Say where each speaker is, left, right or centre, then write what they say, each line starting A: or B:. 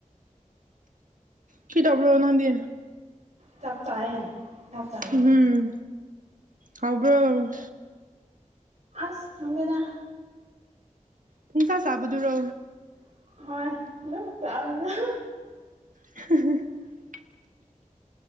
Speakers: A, on the right; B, on the right.
A: ꯀ꯭ꯔꯤ ꯇꯧꯕꯔꯣ ꯅꯪꯗꯤ
B: ꯆꯥꯛ ꯆꯥꯏꯌꯦ ꯆꯥꯛ ꯆꯥꯏꯌꯦ
A: ꯎꯝ ꯍꯥꯎꯕ꯭ꯔꯣ
B: ꯁ ꯈꯪꯗꯦꯗ
A: ꯄꯨꯡꯆꯥ ꯆꯥꯕꯗꯨꯔꯣ
B: <unintelligible>
A: <unintelligible>